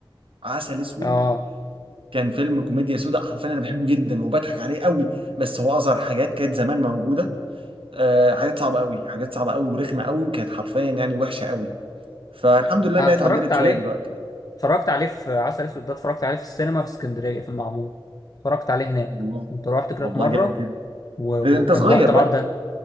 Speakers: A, on the right (about 75°); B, on the left (about 40°).
A: عسل اسود
B: اه
A: كان فيلم كوميديا سوداء حرفيا انا بحبه جدا وبضحك عليه قوي بس هو اظهر حاجات كانت زمان موجوده آه حاجات صعبه قوي حاجات صعبه قوي ورخمه قوي وكانت حرفيا يعني وحشه قوي فالحمد لله
B: انا
A: انها
B: اتفرجت
A: اتعدلت
B: عليه
A: شويه دلوقتي
B: اتفرجت عليه في عسل اسود ده اتفرجت عليه في السينما في اسكندريه في المعمور اتفرجت عليه هناك
A: والله
B: كنت رحت كده
A: والله
B: في مره
A: جامد جدا
B: و-
A: انت
B: وكان
A: صغير
B: وقت العرض
A: بقى
B: ده